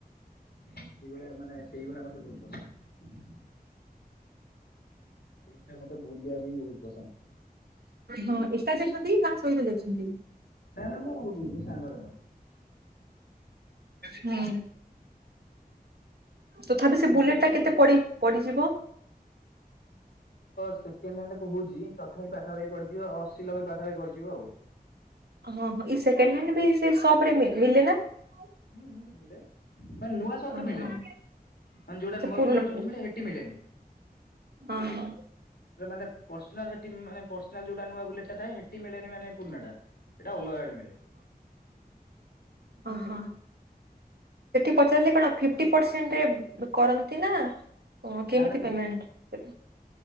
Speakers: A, on the left (about 85°); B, on the right (about 80°).
A: ସେଇଭଳିଆ ମାନେ ସେଇଭଳିଆ ମତେ ବହୁତ ପସନ୍ଦ। ସେଇଟା ମୋତେ ବୁଲିଆ ବି ବହୁତ ପସନ୍ଦ।
B: ହଁ ଏକା ଯାଇଛନ୍ତି କି କାହା ସହିତ ଯାଇଛନ୍ତି?
A: ନା-ନା ମୁଁ ମୋ ସାଙ୍ଗର ମୋର।
B: ହୁଁ। ତଥାପି
A: ଆପଣଙ୍କୁ
B: ସେ ବୁଲେଟ
A: ବୁଲିବାକୁ
B: ଟା
A: ଭଲ
B: କେତେ
A: ଲାଗେନା?
B: ପଡି-ପଡିଯିବ?
A: ସେକେଣ୍ଡହାଣ୍ଡ କହୁଛି ତଥାପି ପା ପାଖାପଖି ପଡିଯିବ ଅଶୀ ନବେ ପାଖାପାଖି ପଡିଯିବ ଆଉ।
B: ହଁ ହଁ। ଏଇ ସେକେଣ୍ଡ ହ୍ୟାଣ୍ଡ ବି <unintelligible>
A: ହୁଁ-ହୁଁ ମିିଲେ। ନୂଆ ସପରେ
B: ଓହୋ
A: ମିଳେନି
B: ଆଚ୍ଛା
A: ଯୋଉଟା ନୂଆ
B: ପୁରୁଣା
A: ବଲେଟ ଯୋଉଠି ମିଳେ ସେଠି ମିଳେନି।
B: ହଁ-ହଁ।
A: ନା ପେରସନାଲ ଯୋଉଟା ନୂଆ ବୁଲେଟ ମିଳେନି ମାନେ ପୁଣାଟା ଗାଡ଼େ ମିଳେ।
B: ଓ ହୋ। ପଚାରିଲେ କଣ ଫିଫ୍ଟି ପରସେଣ୍ଟରେ କରନ୍ତି ନା। ଓ କେମିତି
A: ନା ନା ଫିଫ୍ଟିନ୍
B: ପେମେଣ୍ଟ?